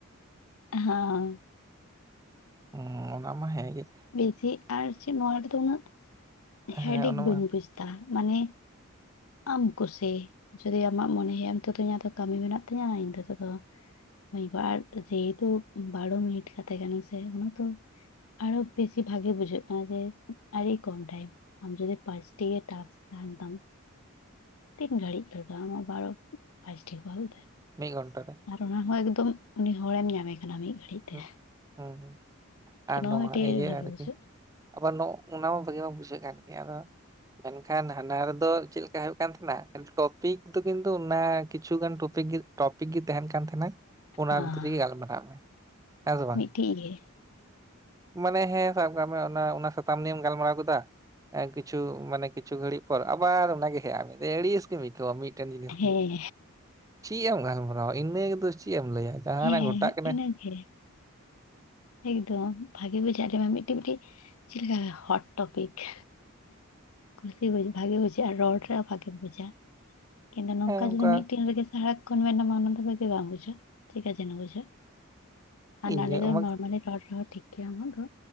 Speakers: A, on the left (about 85°); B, on the right (about 15°).
A: ᱦᱟᱸ
B: ᱦᱩᱸ ᱚᱱᱟ ᱢᱟ ᱦᱮᱸ ᱜᱮ
A: ᱵᱮᱥᱤ ᱟᱨ ᱪᱮᱫ ᱱᱚᱣᱟ ᱨᱮᱫᱚ ᱩᱱᱟᱹᱜ ᱦᱮᱰᱮᱠ
B: ᱦᱮᱸ ᱚᱱᱟ
A: ᱵᱟᱹᱧ
B: ᱢᱟ
A: ᱵᱩᱡᱽᱫᱟ ᱢᱟᱱᱮ ᱟᱢ ᱠᱩᱥᱤ ᱡᱩᱫᱤ ᱟᱢᱟᱜ ᱢᱚᱱᱮ ᱦᱩᱭᱩᱜᱼᱟᱢ ᱱᱤᱛᱚ ᱫᱚ ᱤᱧᱟᱹᱜ ᱫᱚ ᱠᱟᱹᱢᱤ ᱢᱮᱱᱟᱜ ᱛᱤᱧᱟ ᱤᱧ ᱫᱚ ᱦᱤᱛᱚᱜ ᱫᱚ <unintelligible> ᱡᱮᱦᱮᱛᱩ ᱵᱟᱨᱳ ᱢᱤᱱᱤᱴ ᱠᱟᱛᱮ ᱠᱟᱱᱟ ᱥᱮ ᱚᱱᱟ ᱛᱚ ᱟᱨᱚ ᱵᱮᱥᱤ ᱵᱷᱟᱜᱤ ᱵᱩᱡᱷᱟᱹᱜ ᱠᱟᱱᱟ ᱡᱮ ᱟᱹᱰᱤ ᱠᱚᱢ ᱴᱟᱭᱤᱢ ᱾ ᱟᱢ ᱡᱩᱫᱤ ᱯᱟᱸᱪᱴᱤ ᱜᱮ ᱴᱟᱠᱥ ᱛᱟᱦᱮᱱ ᱛᱟᱢ, ᱛᱤᱱ ᱜᱷᱟᱹᱲᱤᱡ ᱞᱟᱜᱟ ᱟᱢᱟᱜ ᱵᱟᱨᱚ ᱯᱟᱸᱪᱴᱤ ᱠᱚᱞ ᱛᱮ?
B: ᱢᱤᱫ ᱜᱷᱚᱱᱴᱟᱹ ᱨᱮ
A: ᱟᱨ ᱚᱱᱟ ᱦᱚᱸ ᱮᱠᱫᱚᱢ ᱩᱱᱤ ᱦᱚᱲᱮᱢ ᱧᱟᱢᱮ ᱠᱟᱱᱟ ᱢᱤᱫ ᱜᱷᱟᱹᱲᱤᱡ ᱛᱮ
B: ᱦᱩᱜᱸ ᱦᱩᱸ ᱦᱩᱸ
A: ᱛᱚ
B: ᱟᱨ ᱱᱚᱣᱟ
A: ᱢᱤᱫᱴᱮᱡ
B: ᱤᱭᱟᱹ
A: ᱵᱷᱟᱜᱮ
B: ᱟᱨᱠᱤ
A: ᱵᱩᱡᱷᱟᱹᱜᱼᱟ
B: ᱟᱵᱟᱨ ᱱᱚ ᱚᱱᱟ ᱢᱟ ᱵᱷᱟᱹᱜᱤ ᱢᱟ ᱵᱩᱡᱷᱟᱹᱜ ᱠᱟᱱ ᱜᱮ ᱟᱫᱚ ᱢᱮᱱᱠᱷᱟᱱ ᱦᱟᱱᱟ ᱨᱮᱫᱚ ᱪᱮᱫ ᱞᱮᱠᱟ ᱦᱩᱭᱩᱜ ᱠᱟᱱ ᱛᱟᱦᱮᱱᱟ ᱴᱚᱯᱤᱠ ᱫᱚ ᱠᱤᱱᱛᱩ ᱚᱱᱟ ᱠᱤᱪᱷᱩᱜᱟᱱ ᱴᱚᱯᱤᱠ ᱜᱮ ᱴᱚᱯᱤᱠ ᱜᱮ ᱛᱟᱦᱮᱱ ᱠᱟᱱ ᱛᱟᱦᱮᱱᱟ ᱚᱱᱟ
A: ᱦᱟᱸ
B: ᱵᱷᱤᱛᱨᱤ ᱨᱮᱜᱮ ᱜᱟᱞᱢᱟᱨᱟᱜ ᱢᱮ᱾ ᱦᱮᱸ ᱥᱮ ᱵᱟᱝ?
A: ᱢᱤᱫᱴᱤᱡ ᱜᱮ
B: ᱢᱟᱱᱮ ᱦᱮᱸ ᱥᱟᱵ ᱠᱟᱜ ᱢᱮ ᱚᱱᱟ ᱚᱱᱟ ᱥᱟᱛᱟᱢ ᱱᱤᱭᱮᱢ ᱜᱟᱞᱢᱟᱨᱟᱣ ᱠᱮᱫᱟ ᱾ ᱠᱤᱪᱷᱩ ᱢᱟᱱᱮ ᱠᱤᱪᱷ ᱜᱷᱟᱹᱲᱡ ᱯᱚᱨ ᱟᱵᱟᱨ ᱚᱱᱟ ᱜᱮ ᱦᱮᱡᱼᱟᱜ ᱢᱮ ᱫᱤᱭᱮ ᱟᱹᱲᱤᱥ ᱜᱮᱢ ᱟᱹᱭᱠᱟᱹᱣᱟ ᱢᱤᱫ ᱢᱤᱫᱴᱮᱱ ᱡᱤᱱᱤᱥ
A: ᱦᱮᱸ
B: ᱜᱮ ᱪᱮᱫ ᱮᱢ ᱜᱟᱞᱢᱟᱨᱟᱣᱟ ᱤᱱᱟᱹ ᱜᱮᱫᱚ ᱪᱮᱫ ᱮᱢ ᱞᱟᱹᱭᱟ ᱡᱟᱦᱟᱸᱟᱱᱟᱜ
A: ᱦᱮᱸ
B: ᱜᱷᱚᱴᱟᱜ ᱠᱟᱱᱟ
A: <unintelligible> ᱮᱠᱫᱚᱢ ᱵᱷᱟᱜᱤ ᱵᱩᱡᱷᱟᱹᱜ-ᱟ ᱟᱞᱮ ᱢᱟ ᱢᱤᱫᱴᱤᱡ-ᱢᱤᱫᱴᱤᱡ ᱪᱮᱫ ᱞᱮᱠᱟ ᱦᱚᱴ ᱴᱚᱯᱤᱠ ᱠᱩᱥᱤ ᱵᱩᱡ ᱵᱷᱟᱜᱤ ᱵᱩᱡᱷᱟᱹᱜᱼᱟ ᱟᱨ ᱨᱚᱲ ᱨᱮᱦᱚᱸ ᱵᱷᱟᱜᱮᱢ ᱵᱩᱡᱟ ᱾ ᱠᱤᱱᱛᱩ ᱱᱚᱝᱠᱟ
B: ᱦᱮᱸ ᱚᱱᱠᱟ
A: ᱡᱩᱫᱤ ᱢᱤᱫᱴᱤᱱ ᱨᱮᱜᱮ ᱫᱟ ᱠᱷᱚᱱ ᱢᱮᱱᱟ ᱢ ᱚᱱᱟ ᱛ ᱜᱮ ᱵᱟᱝ ᱵᱩᱡᱷᱣᱟ ᱴᱷᱤᱠ ᱟᱪᱷᱮ ᱵᱩᱡᱷ ᱟᱨ
B: ᱤᱧᱟᱹᱜ
A: ᱱᱚᱞᱰᱮ ᱫᱚ
B: ᱢᱟ
A: ᱢᱟᱱᱮ ᱨᱚᱲ ᱨᱮᱦ ᱴᱷᱤᱠ ᱜᱮᱭᱟᱢ ᱫᱚ